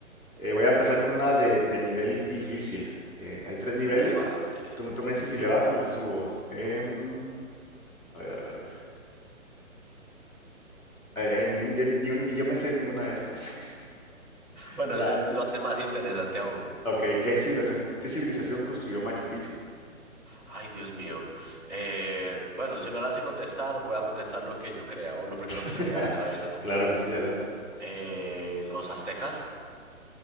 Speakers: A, on the left; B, in the centre.
A: eh, voy a empezar con una de, de nivel difícil. Eh, hay tres niveles.
B: Cúpale.
A: Tú, me tú me dices si le bajo o le subo. Em, a ver, a ver, a ver. Ay, ay, ni, yo, ni un- ni yo me sé ninguna de estas. <laughs>
B: Bueno,
A: Ra-
B: eso lo hace más interesante aún.
A: Ok, ¿qué civilización, qué civilización construyó Machu Picchu?
B: Ay, Dios mío. Eh, bueno, si no la hace contestar, voy a contestar lo que yo crea o lo primero
A: <laughs>
B: que se me venga a la cabeza.
A: Claro que sí, adelante.
B: Eh, ¿los aztecas?